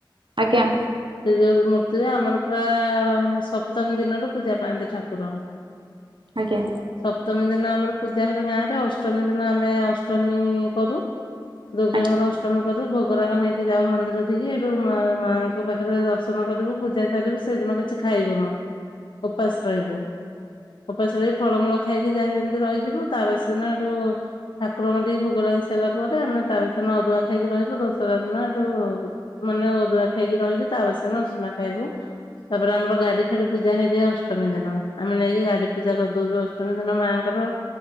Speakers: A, on the right; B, on the left.
A: ଆଜ୍ଞା।
B: ସେ ଯୋଉ ମୂର୍ତ୍ତି ହୁଏ। ଆମର ପୁରା ସପ୍ତମୀ ଦିନଠୁ ପୂଜା ପାଆନ୍ତି ଠାକୁର।
A: ଆଜ୍ଞା
B: ସପ୍ତମୀ ଦିନ ଦିନ ଆମର ପୂଜା ହେବେ ଗାଁରେ ଅଷ୍ଟମୀ ଦିନ ଆମେ ଅଷ୍ଟମୀ କରୁ। ଦୁର୍ଗାଙ୍କର
A: ଆଜ୍ଞା
B: ଅଷ୍ଟମୀ କରୁ ଭୋଗରାଗ ନେଇକି ଯାଉ ମନ୍ଦିର ଠିକି ହେଠୁ ମା ମାଙ୍କ ଙ୍କ ପାଖରେ ଦର୍ଶନ କରିବୁ ପୂଜା ସାରିବୁ ସେଇଦିନ କିଛି ଖାଇବୁନୁ। ଓପାସ ରହିବୁ। ଓପାସ ରହି ଫଳମୂଳ ଖାଇକି ଯାହା ଯେମିତି ରହିଯିବୁ। ତା ବାସି ଦିନ ହେଟୁ ଠାକୁରଙ୍କଠୀ ଭୋଗ ଲାଗି ସାରିଲା ତା ପରେ ଆମେ ତା ବାସିଦିନ ଅରୁଆ ଖାଇକି ରହିବୁ ଦଶହରା ଦିନ ହେଟୁ ମାନେ ଅରୁଆ ଖାଇକି ରହିକି ତା ବାସିଦିନ ଉଷୁନା ଖାଇବୁ। ତାପରେ ଆମର ଗାଡି ଫାଡି ପୂଜା ହେଇଯାଏ। ଅଷ୍ଟମୀ ଦିନ। ଆମେ ନେଇକି ଗାଡି ପୂଜା କରିଦୋଉ ବି ଅଷ୍ଟମୀ ଦିନ ମାଆଙ୍କର ର